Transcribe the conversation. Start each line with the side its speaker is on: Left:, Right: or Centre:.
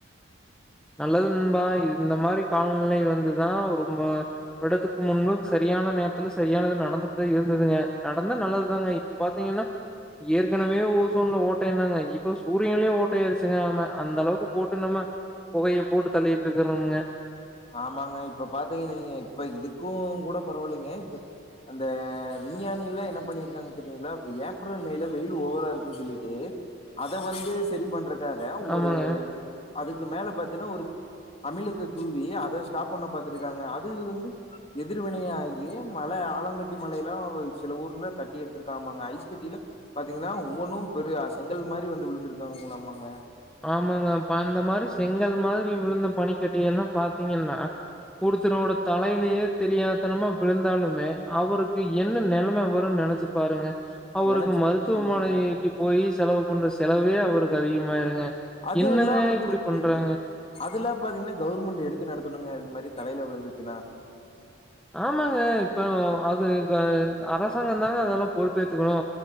Centre: நல்லது நண்பா இது இந்த மாரி காலநிலை வந்துதா ரொம்ப ஒரு எடதுக்கு முன்பு சரியான நேரத்துல சரியான இது நடந்துட்டுதா இருந்ததுங்க நடந்தா நல்லதுதாங்க இப் பாத்தீங்கன்னா ஏற்கனவே ஓசோன்ல ஓட்டைனாங்க இப்போ சூரியன்லேயே ஓட்டை ஆயிடுச்சுங்க ஆமா அந்த அளவுக்கு போட்டு நம்ம புகையை போட்டு தள்ளிட்டு இருக்குறம்ங்க
Left: ஆமாங்க இப்ப பாத்திங்கன் வைங் இப்ப இதுக்கு கூட பரவால்லெங்கெ இப்ப அந்த விஞ்ஞானிகல்லா என்ன பண்ணியிருக்காங்கன் தெறியுங்ளா இப்ப ஏப்ரல் மேல வெயில் ஓவரா இருக்குன் சொல்லிட்டு அத வந்து சரி பண்றக் காக ஒரு
Centre: ஆமாங்க,
Left: அதுக்கு மேல பாத்தீன்னா ஒரு அமிலத்த தூவி வி அத ஸ்டாப் பண்ண பத்திருக்காங்க அது வந்து எதிர்வினை ஆகி மல ஆலங்கட்டி மலைலா சில ஊர்ல தட்டி எடுத்துருக்காம்மாங்க ஐஸ்கட்டியிலா பாத்தீங்கன்னா ஒவ்வொன்னு பெரிய செங்கல் மாரி வந்து விழுந்திருக்காங்களாமாங்க
Centre: ஆமாங்க அப்ப அந்த மாரி செங்கல் மாரி விழுந்த பனிக்கட்டிகள்லாம் பாத்தீங்கன்னா ஒருத்தனோடட தலையிலயே தெரியாதனமா விழுந்தாலுமே அவருக்கு என்ன நெலம வரும்னு நெனச்சு பாருங்க அவருக்கு
Left: நெனச்சு
Centre: மருத்துவமனைக்கு
Left: ம்
Centre: போயி செலவு பண்ற செலவே அவருக்கு அதிகமாயிருங்க
Left: அது
Centre: என்னங்க
Left: எல்லா வந்து
Centre: இப்படி பண்றாங்க?
Left: ம் அதுலாம் பாத்தீங்கன்னா கவுர்மெண்ட்டு எடுத்து நடத்தணுங்க இது மாரி தலையில விழுந்துச்சுன்னா
Centre: ஆமாங்க இப்ப அது த அரசாங்கோ தாங்க அதெல்லா பொறுப்பேத்துக்கணு